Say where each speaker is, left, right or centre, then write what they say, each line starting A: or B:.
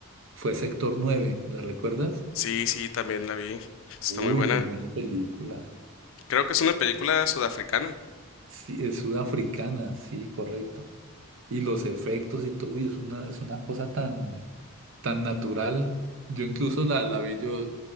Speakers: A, on the right; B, on the left.
A: fue Sector nueve ¿la recuerdas?
B: Sí, sí, también la vi. Está
A: Uy,
B: muy buena.
A: muy buena película.
B: Creo que es una película sudafricana.
A: Sí, es sudafricana, sí, correcto. y los efectos y todo, uy es una, es una cosa tan, tan natural. Yo incluso la, la vi yo